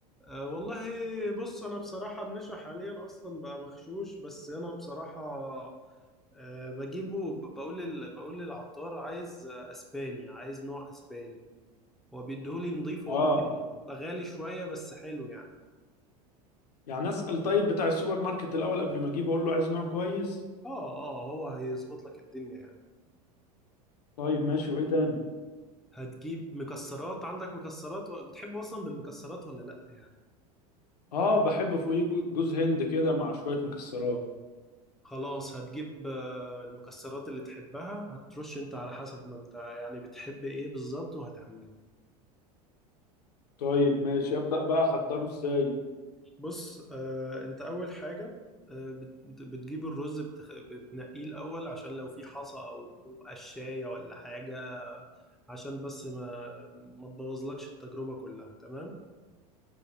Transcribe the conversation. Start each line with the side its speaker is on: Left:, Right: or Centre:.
Centre: أه والله بص انا بصراحة النشا حاليا اصلا بقى مغشوش بس انا بصراحة أه بجيبه ب- بقول لل- بقول للعطار عايز آه، اسباني عايز نوع اسباني هو بيديهولي نضيف
Left: اه
Centre: هو ممكن يبقى غالي شوية بس حلو يعني
Left: يعني اسأل طيب بتاع السوبر ماركت الاول قبل ما اجيب اقول له عايز نوع كويس
Centre: اه اه هو هيظبط لك الدنيا يعني
Left: طيب ماشي وايه تاني
Centre: هتجيب مكسرات عندك مكسرات و... بتحب اصلا بالمكسرات ولا لا يعني
Left: اه بحب فوقيه جو- جوز هند كده مع شوية مكسرات
Centre: خلاص هتجيب آه، المكسرات اللي تحبها هترش انت على حسب ما انت يعني بتحب ايه بالظبط وهتعمله
Left: طيب ماشي ابدأ بقى احضره ازاي
Centre: بص آه انت اول حاجة آه بت... بتجيب الرز بتخ... بتنقيه الاول عشان لو في حصى او أو قشاية ولا حاجة عشان بس ما ما تبوظلكش التجربة كلها تمام